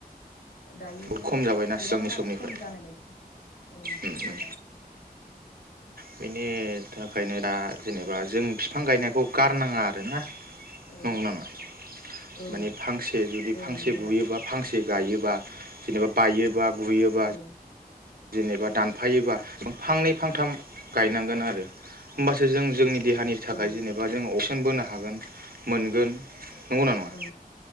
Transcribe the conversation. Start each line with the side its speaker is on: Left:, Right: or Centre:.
Left: दायो
Right: बहुद खम जाबायना
Left: गोबांङानो
Right: सिगांनि समनिफ्राय
Left: खम जानाय बायदि ओं
Right: उम
Left: खम
Right: उम
Left: जाबाय।
Right: बेनि थाखायनो दा जेनेबा जों फिफां गायनायखौ गारनांङा। आरोना
Left: औ
Right: नंगौना नंङा
Left: औ
Right: माने फांसे जुदि
Left: औ
Right: फांसे
Left: नंगौ
Right: गुयोबा
Left: दा
Right: फांसे गायोबा जेनेबा बायो बा गुयोबा।
Left: औ
Right: जेनेबा दानफायोबा फांनै फांथाम गायनांगोन आरो होमबासो जों जोंनि देहानि थाखाय
Left: औ
Right: जेनेबा जों क्सिजेन बोनो हागोन मोनगोन। नंगौना नङा
Left: औ